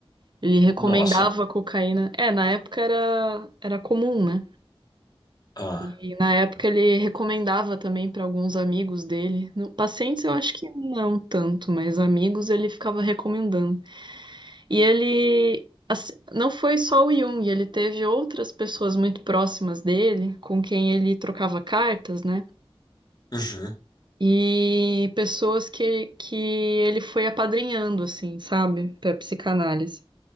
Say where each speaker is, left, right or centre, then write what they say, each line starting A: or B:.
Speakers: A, on the right; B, on the left.
A: Ele recomendava
B: Nossa.
A: cocaína. É, na época era, era comum, né?
B: Ah.
A: E na época ele recomendava também para alguns amigos dele. No- pacientes eu acho que não tanto, mas amigos ele ficava recomendando. E ele assim, não foi só o Jung, ele teve outras pessoas muito próximas dele, com quem ele trocava cartas, né?
B: Uhum.
A: E pessoas que, que ele foi apadrinhando, assim, sabe? para psicanálise.